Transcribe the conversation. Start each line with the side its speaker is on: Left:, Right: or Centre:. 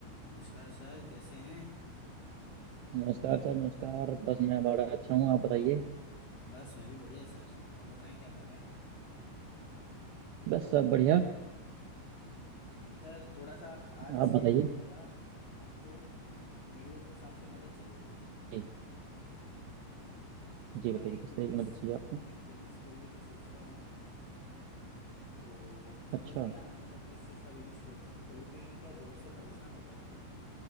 Left: नमस्कार सर कैसे हैं
Right: नमस्कार सर नमस्कार बस मैं बड़ा अच्छा हूँ आप बताइए
Left: बस मैं भी बढ़िया सर और बताएं क्या कर रहे हैं
Right: बस सब बढ़िया
Left: सर थोड़ा सा आज इसलिए
Right: आप बताइए
Left: फ़ोन किया आपको मेरे को कुछ आपसे मदद चाहिए थी
Right: जी
Left: एक्चुअली
Right: जी
Left: क्या
Right: बताइए
Left: है एक
Right: किस
Left: बिजनेस
Right: तरह की मदद चाहिए आपको
Left: एक बिजनेस खोलने की सोच रहा हूँ तो समझ
Right: अच्छा
Left: नहीं आ रहा मतलब किस चीज़ का बिजनेस खोलूँ खोलूँ क्योंकि क्या जॉब से परेशान हो गया अब तो